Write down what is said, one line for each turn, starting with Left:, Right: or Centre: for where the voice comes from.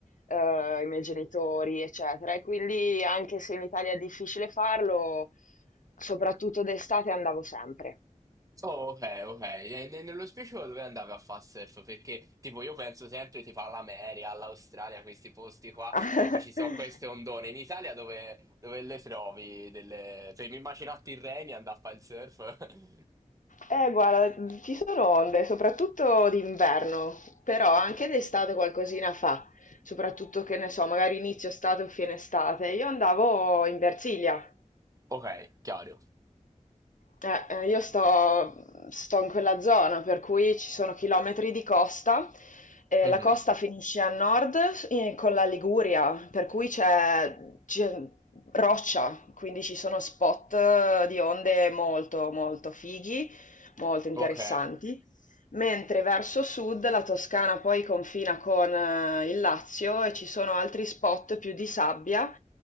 Left: eh, i miei genitori, eccetera. E quindi anche se in Italia è difficile farlo, soprattutto d'estate andavo sempre.
Right: Oh, ok, ok. E ne- nello specifico dove andavi a fare surf? Perché tipo io penso sempre tipo all'America, all'Australia, questi posti qua
Left: <laughs>
Right: in cui ci sono queste ondone. In Italia dove, dove le trovi? Delle... Per mi immagino a Tirrenia andare a fare il surf. <laughs>
Left: Eh, guarda, ci sono onde, soprattutto d'inverno, però anche d'estate qualcosina fa, soprattutto che ne so, magari inizio estate o fine estate. Io andavo in Versilia,
Right: Ok, chiaro.
Left: eh, eh, io sto, sto in quella zona, per cui ci sono chilometri di costa, e
Right: Mhm,
Left: la costa finisce a nord eh, con la Liguria, per cui c'è c'è roccia, quindi ci sono spot eh, di onde molto, molto fighi, molto interessanti.
Right: Ok.
Left: Mentre verso sud la Toscana poi confina con eh, il Lazio e ci sono altri spot più di sabbia,